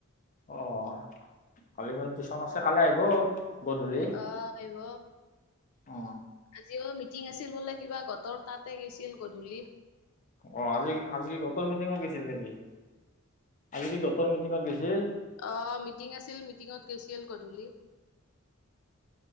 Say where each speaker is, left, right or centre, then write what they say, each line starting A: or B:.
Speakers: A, on the left; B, on the left.
A: অঁ কালি ম টিউশচন আছে কালি আহিব গধূলি
B: অঁ আহিব
A: অ
B: আজিও মিটিং আছিল বোলে। কিবা গতৰ তাতে গৈছিল গধূলি।
A: অঁ আজি আজি কি গটৰ মিটিঙত গৈছিল নেকি আজি কি গটৰ মিটিঙত গৈছিল।
B: আহ মিটিং আছিল মিটিঙত গৈছিল গধূলি।